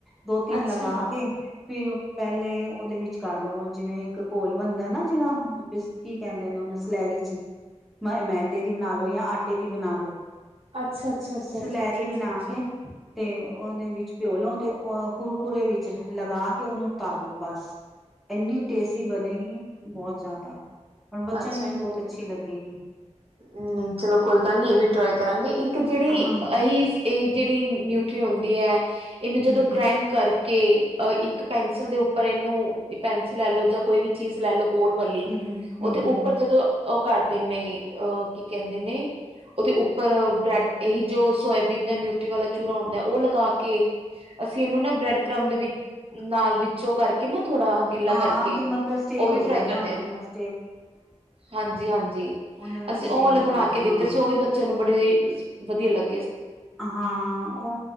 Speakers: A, in the centre; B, on the right (about 50°).
A: ਦੋ ਤਿੰਨ
B: ਅੱਛਾ
A: ਲਗਾ ਕੇ ਫਿਰ ਪਹਿਲੇ ਉਹਦੇ ਵਿੱਚ ਕਰ ਲਓ ਜਿਵੇਂ ਇੱਕ ਘੋਲ ਬਣਦਾ ਨਾ ਜਿਹੜਾ ਬਿਸ ਕੀ ਕਹਿੰਦੇ ਨੇ ਉਹਨ ਸਲੈਰੀ ਚ ਮ ਮੈਦੇ ਦੀ ਬਣਾ ਲਓ ਜਾਂ ਆਟੇ ਦੀ ਬਣਾ ਲੋ।
B: ਅੱਛਾ ਅੱਛਾ ਅੱਛਾ
A: ਸਲੈਰੀ ਬਣਾ ਕੇ
B: ਅ।
A: ਤੇ ਉਹਦੇ ਵਿੱਚ ਪਿਓਲੋ ਤੇ ਅ ਕੁਰਕੁਰੇ ਵਿੱਚ ਲਗਾ ਕੇ ਉਹਨੂੰ ਤਾਲੋ ਬਸ ਇੰਨੀ ਟੇਸਟੀ ਬਣੇਗੀ ਬਹੁਤ ਜ਼ਿਆਦਾ ਔਰ ਬੱਚਿਆਂ
B: ਅੱਛਾ
A: ਨੂੰ ਵੀ
B: ਜੀ
A: ਬਹੁਤ ਅੱਛੀ ਲੱਗੇਗੀ
B: ਨਹੀਂ ਚਲੋ ਕੋਈ ਗੱਲ ਨੀ ਇਹ ਵੀ ਟਰਾਈ ਕਰਾਂਗੇ ਇੱਕ ਜਿਹੜੀ
A: ਹਾਂ ਹੂੰ
B: ਇਹੀ ਇਹ ਜਿਹੜੀ ਨਿ- ਟੀ ਹੁੰਦੀ ਹੈ। ਇਹਨੂੰ ਜਦੋਂ
A: ਹੂੰ ਹੂੰ
B: ਗ੍ਰੈਂਡ ਕਰਕੇ ਅ ਇੱਕ ਪੈਨਸਿਲ ਦੇ ਉੱਪਰ ਇਹਨੂੰ ਪੈਨਸਿਲ ਲੈ ਲਓ ਜਾਂ ਕੋਈ ਵੀ ਚੀਜ਼ ਲੈ ਲਓ ਗੋਲ ਵਾਲੀ
A: ਹੂੰ ਹੂੰ
B: ਉਹਦੇ
A: ਹੂੰ
B: ਉੱਪਰ ਜਦੋਂ ਕਰਦੇ ਨੇ ਅਹ ਕੀ ਕਹਿੰਦੇ ਨੇ ਉਹਦੇ ਉੱਪਰ ਬ੍ਰੈਡ ਇਹੀ ਜੋ ਸੋਇਬੀਨ ਦਾ ਨਿਊਟਰੀ ਵਾਲਾ ਚੂਰਾ ਹੁੰਦਾ ਉਹ ਲਗਾ ਕੇ ਅਸੀਂ ਇਹਨੂੰ ਨਾ ਬ੍ਰੈਡ ਕ੍ਰਮ ਦੇ ਵਿੱਚ ਨਾਲ ਵਿੱਚੋ ਕਰਕੇ ਨਾ ਥੋੜਾ ਗਿੱਲਾ
A: ਹਾਂ
B: ਕਰਕੇ
A: ਕਿ ਮਤਲਬ ਸਟੇਅ
B: ਉਹ
A: ਹੋ
B: ਵੀ
A: ਜਾਏ
B: ਫਰਾਈ
A: ਨਾ
B: ਕਰਦੇ
A: ਉਹਦੇ
B: ਹੋ
A: ਮਸ
B: ਹਾਂਜੀ ਹਾਂਜੀ
A: ਉਹਦੇ ਨਾਲ
B: ਅਸੀਂ
A: ਸਟੇ
B: ਉਹ ਵਾਲੇ
A: ਹੋ
B: ਬਣਾ
A: ਜਾਏ
B: ਕੇ ਦਿੱਤੇ
A: ਹਾਂ
B: ਸੀ ਉਹ ਵੀ ਬੱਚੇ, ਬੜੇ ਵਧੀਆ ਲੱਗ,
A: ਹਾਂ ਉਹ